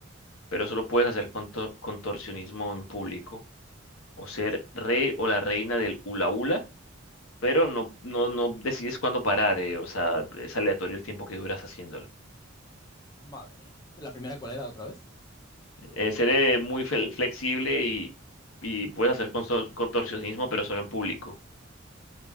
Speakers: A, on the left; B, on the left.
A: pero solo puedes hacer contor- contorsionismo en público. O ser rey o la reina del hula hula, pero no, no, no decides cuándo parar, eh, O sea, es aleatorio el tiempo que duras haciéndolo.
B: Madre mía. ¿La primera cuál era otra vez?
A: Eh, ser eh, muy fel- flexible y, y puedes hacer constor- contorsionismo, pero solo en público.